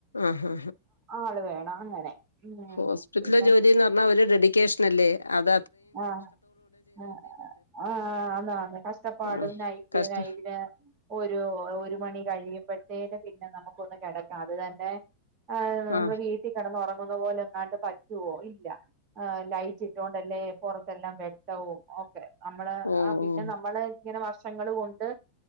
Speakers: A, on the left; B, on the right.
A: ആഹ്
B: ആള് വേണം അങ്ങനെ ഉം
A: ഹോസ്പിറ്റല
B: പിന്നെ
A: ജോലിന്ന് പർഞ്ഞ ഒരു ഡെഡിക്കേഷൻ നല്ലേ അത
B: ആഹ് ആഹ് ആഹാ അതാണ് കഷ്ടപ്പാട്
A: ആഹ്
B: നൈറ്റ്
A: കഷ്ടം
B: നൈറ്റ് ഒരു ഒരു മണി കഴിയുമ്പോഴത്തേനും പിന്നെ നമുക്കൊന്ന് കെടക്കാം അത് തന്നെ ആ നമ്മള്
A: ആഹ്
B: വീട്ടിൽ കിടന്ന ഉറങ്ങുന്ന പോലെ ഇങ്ങാട്ട് പറ്റുവോ ഇല്ല. ആഹ്. ലൈറ്റ് ഇട്ടുകൊണ്ടല്ലേ പുറത്തെല്ലാം വെട്ടവും. നമ്മള്
A: ഓ
B: ആ പിന്നെ
A: ഓ
B: നമ്മള് ഇങ്ങനെ വർഷങ്ങള് കൊണ്ട്.